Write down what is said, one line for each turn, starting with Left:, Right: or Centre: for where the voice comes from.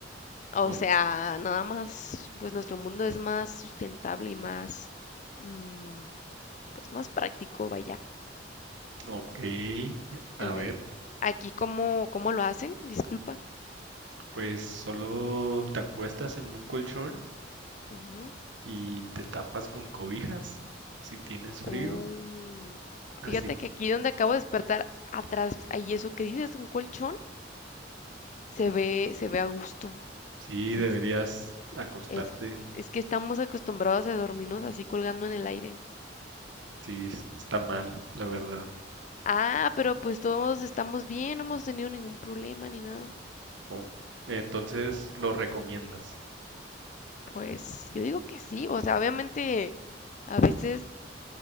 Left: o
Right: o
Left: sea, nada más, pues nuestro mundo es más sustentable y más, mm, pues más práctico, vaya.
Right: ok? A
Left: En
Right: ver,
Left: e- Aquí, ¿cómo, cómo lo hacen? Disculpa.
Right: pues solo te acuestas en un colchón
Left: Ujú.
Right: y te tapas con cobijas si tienes frío.
Left: Oh,
Right: Así,
Left: Fíjate que aquí donde acabo de despertar, atrás, hay eso que dices, un colchón, se ve, se ve a gusto.
Right: sí
Left: Sí,
Right: deberías
Left: es,
Right: acostarte.
Left: es es que estamos acostumbrados a dormirnos así colgando en el aire.
Right: Sí, es- está mal, la verdad.
Left: Ah, pero pues todos estamos bien, no hemos tenido ningún problema ni nada.
Right: O- entonces lo recomiendas.
Left: Pues yo digo que sí, o sea, obviamente a veces